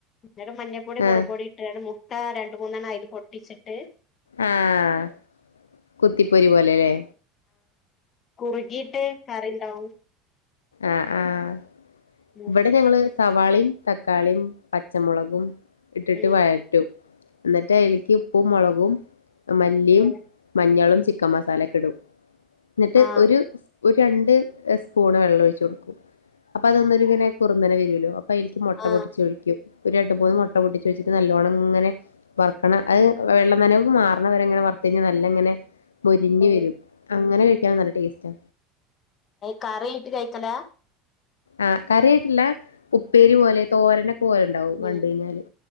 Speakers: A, on the left (about 40°); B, on the left (about 85°).
A: എന്നിട്ട് മഞ്ഞപ്പൊടി
B: ആഹ്
A: മുളപ്പൊടി ഇട്ടു രണ്ട്മുട്ട രണ്ട് മൂന്ന് ഇത് പൊട്ടിച്ചി്ട്ട്
B: ആഹ കുത്തിപ്പൊരി പോലെല്ലേ
A: കുറുകിട്ട് കറിയുണ്ടാവും
B: ആഹ ആഹ
A: ഉം
B: ഇവിടെ ഞങ്ങള് സവാളയും തക്കാളിയും പച്ചമുളകും- ഇട്ടിട്ട്
A: ഉം
B: വയറ്റും എന്നിട്ട് അയ്ലിക്ക് ഉപ്പും മുളകും മല്ലിയും,
A: ഉം
B: മഞ്ഞളും ചിക്കൻ മസാലയൊക്കെ ഇടും എന്നിട്ട്
A: ആഹ്
B: ഒരു- രണ്ട് സ്പൂൺ ആണ് ഒഴിച്ചോടുക്കും അപ്പൊ അതൊന്നങ്ങെ കുറന്നെന വരുല്ലോ <unintelligible> മുട്ട
A: ആഹ്
B: പൊടിച്ചൊഴിക്കും ഒരു രണ്ടു, മൂന്ന് മുട്ട പൊടിച്ച് വെച്ചിട്ട് നല്ലവണ്ണങ്ങനെ വറക്കണം അത് വെള്ളം നനവ് മാറണവരെങ്ങനെ വറുത്തു കഴിഞ്ഞാൽ നല്ലങ്ങനെ- പൊരിഞ്ഞ്
A: പിന്നെ
B: വരും അങ്ങനെ കഴിക്കൻ നല്ല ടേസ്റ്റാ
A: കറി ഇട്ട് കഴിക്കലാ
B: ആഹ കറി ആയിട്ടില്ല ഉപ്പേരി പോലെ തോരന പോലണ്ടാവും
A: ഉം
B: കണ്ട് കഴിഞ്ഞാല്